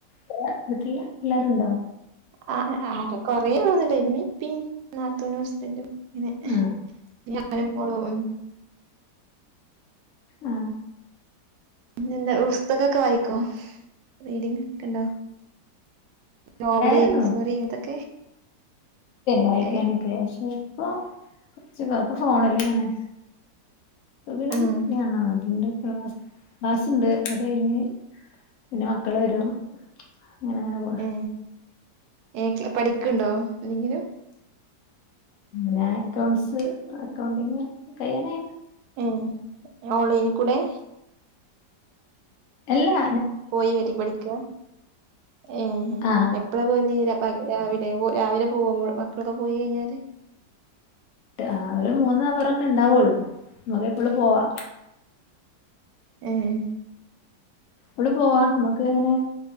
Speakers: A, on the left; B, on the right.
A: കൊറേ വീട്ടില് എല്ലരുണ്ടോ
B: ആ ആ കൊറേ ഒന്നില്ല ഇമ്മേ ഉപ്പം നാത്തുനും ഹസ്ബൻറും ഇങ്ങനെ
A: ആ
B: ഇപിന്നെ ഞാനും മോളും
A: ആ
B: പിന്നെ എന്താ പുസ്തകൊക്കെ വായിക്കുവോ റീഡിങ്ങക്കണ്ടോ നോവല
A: ഉണ്ടായിരുന്നു
B: സോറി അതൊക്കെ
A: വായിക്കാനൊക്കെ
B: ഏ
A: പക്ഷെ ഇപ്പ കൊറച്ചതി ഫോണല്ലേ ആണ്. ഇപ്പോ പിന്നെ
B: ആഹ്
A: ബിസി ആണ് അതോണ്ട് ക്ലാസ്സ്ണ്ട് അത് കഴിഞ്ഞ് പിന്നെ മക്കൾ വരും അങ്ങനെ അങ്ങനെ പോണ്.
B: ഏ ഏ പഠിക്കണ്ടോ എന്തെങ്കിലും
A: ഞാൻ അക്കൗണ്ട്സ് അക്കൗണ്ടിങ് കയ്യാനായി
B: ഏ ഓൺലൈൻ കൂടെ
A: എല്ലാ
B: പോയി വരി പഠിക്ക ഏഹ്
A: ആ
B: എപ്പഴാ പോവൽ ര രാവിലെ രാവിലെ പോകുമ്പോ മക്കളൊക്കെ പോയി കഴിഞ്ഞാല്
A: ആ ഒരു മൂന്ന് അവർ ഒക്കെ ഉണ്ടാവുള്ളൂ നമുക്ക് എപ്പോളും പോവാ
B: ഏഹ്
A: ഇള് പോവാ നമ്മുക്ക് എങ്ങനെ